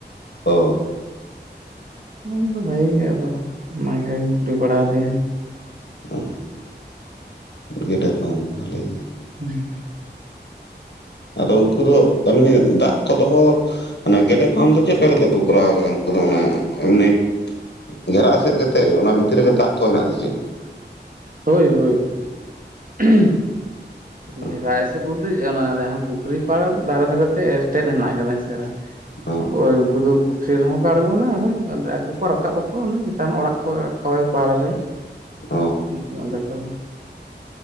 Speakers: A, on the left; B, on the right.
A: ᱚ ᱾
B: ᱟᱫᱚ ᱵᱷᱟᱜᱤ ᱜᱮᱭᱟ ᱟᱫᱚ ᱚᱱᱟᱜᱮᱧ ᱠᱩᱞᱤ ᱵᱟᱲᱟ ᱟᱫᱮᱭᱟ ᱾
A: ᱚ, ᱜᱮᱰᱮ ᱯᱷᱟᱨᱢ ᱵᱷᱟᱹᱞᱤ ᱜᱮ ᱾
B: ᱦᱮᱸ ᱾
A: ᱟᱫᱚ ᱩᱱᱠᱩ ᱫᱚ ᱮᱢᱱᱤ ᱫᱟᱜ ᱠᱚ ᱫᱚᱦᱚ ᱢᱟᱱᱮ ᱜᱮᱰᱮ ᱯᱷᱟᱨᱢ ᱫᱚ ᱪᱮᱫ ᱞᱮᱠᱟ ᱠᱟᱛᱮᱜ ᱠᱚ ᱠᱚᱨᱟᱣ ᱟᱠᱟᱫᱟ? ᱩᱱᱠᱩ ᱫᱚ ᱚᱱᱟ ᱮᱢᱱᱤ ᱜᱷᱮᱨᱟ ᱮᱥᱮᱫ ᱠᱟᱛᱮᱫ ᱚᱱᱟ ᱵᱷᱤᱛᱤᱨ ᱨᱮᱜᱮ ᱫᱟᱜ ᱠᱚ ᱦᱮᱱᱟᱜ-ᱟ ᱥᱮ ᱪᱮᱫ?
B: ᱦᱳᱭ-ᱦᱳᱭ-ᱦᱳᱭ ᱾ <inaudible> <unintelligible>
A: ᱚ
B: ᱜᱷᱮᱨᱟ ᱮᱥᱮᱫ ᱵᱚᱞᱛᱮ, ᱚᱱᱟ ᱡᱟᱦᱟᱸ ᱯᱩᱠᱷᱨᱤ ᱯᱟᱲ ᱫᱷᱟᱨᱮ ᱫᱷᱟᱨᱮ ᱛᱮ ᱮᱴᱮᱫ ᱦᱮᱱᱟᱜ ᱟᱠᱟᱫᱟ ᱦᱮᱸ ᱥᱮ ᱵᱟᱝ ᱾
A: ᱚ
B: ᱟᱫᱚ ᱩᱱᱠᱩ ᱫᱚ ᱯᱩᱠᱷᱨᱤ ᱨᱮᱦᱚᱸ ᱠᱚ ᱟᱸᱬᱜᱚᱱᱟ ᱮᱵᱚᱝ ᱟᱫᱚ ᱟᱠᱚ ᱠᱚ ᱨᱟᱠᱟᱵ ᱟᱠᱚ ᱚᱱᱮ ᱪᱮᱛᱟᱱ ᱟᱲᱟᱜ <unintelligible> ᱯᱟᱲ ᱨᱮ ᱾
A: ᱚ
B: <unintelligible>